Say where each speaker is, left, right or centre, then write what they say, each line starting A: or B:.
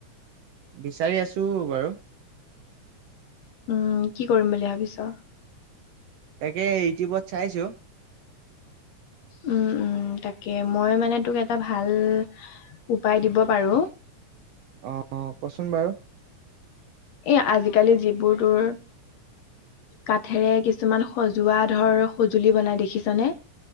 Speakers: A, on the right; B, on the left.
A: বিচাৰি আছো বাৰু।
B: উম কি কৰিম বুলি ভাবিছোঁ?
A: তাকে ইউটিউবত চাইছো।
B: উম উম তাকে মই মানে তোক এটা ভাল শিকাই দিব পাৰো।
A: অ অ কচোন বাৰু।
B: এই আজিকালি যিবোৰ তোৰ কাঠেৰে কিছুমান সজোৱা ধৰ সজুলি বনাই দেখিছো নে?